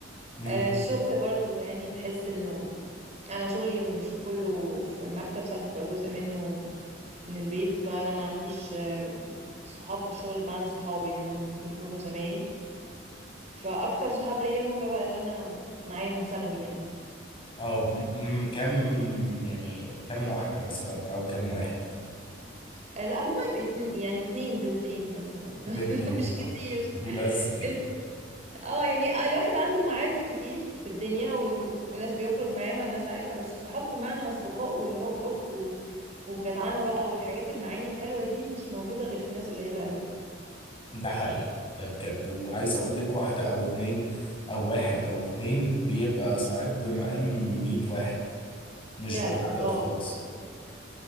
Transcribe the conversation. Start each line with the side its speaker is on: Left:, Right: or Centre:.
Left: امم
Right: آه، الشغل برضو يعني تحس انه انا شغلي مش كله في المكتب ساعات بيبقى جزء منه من البيت فانا ما عنديش آه، صحاب في الشغل بمعنى صحاب يعني ممكن يكونوا زمايل فاكتر صحاب ليا هم بقى اللي انا معايا من ثانوي يعني
Left: اه امم كم يعني كم واحدة مثلا او كم واحد
Right: آه، لا هم يعني اتنين بنتين مثلا
Left: بنتين
Right: <laughs> مش كتير
Left: اه <laughs> بس كده
Right: ال- اه يعني آه، الواحد عنده معارف كتير في الدنيا و... وناس بيخرج معاها وناس عارفها بس صحاب بمعنى اصدقاء واللي هو قرب و... وجدعانة بقى والحاجات المعاني الحلوة دي مش موجودة غير في ناس قليلة قوي
Left: ده حقيقي ده بجد وعايز اقول لك واحدة او اتنين او واحد او اتنين بيبقى ساعات بمقام 100 واحد مش
Right: فعلا
Left: بالعدد
Right: اه
Left: خالص